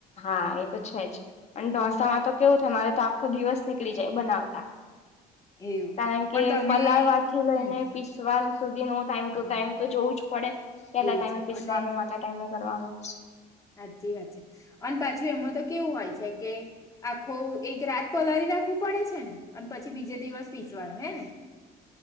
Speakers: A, on the left; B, on the left.
A: હા એ તો છે જ અને ઢોસામાં તો કેવું થાય મારે તો આખો દિવસ નીકળી જાય બનાવતા
B: એવું
A: કારણ
B: પણ
A: કે
B: તમે
A: પલાળવાથી લઈને
B: હમ
A: પીસવાનું સુધી નો ટાઈમ ટુ
B: હા
A: ટાઈમ તો જોવું જ પડે એના
B: એજ
A: ટાઈમે પીસવાનું
B: અને
A: આટલા ટાઈમે કરવાનું
B: સાચી વાત છે અને પાછું એમાં તો કેવું હોય છે કે આખો એક રાત પલાળી રાખવું પડે છે ને અને પછી બીજે દિવસ પીસવાનુ હે ને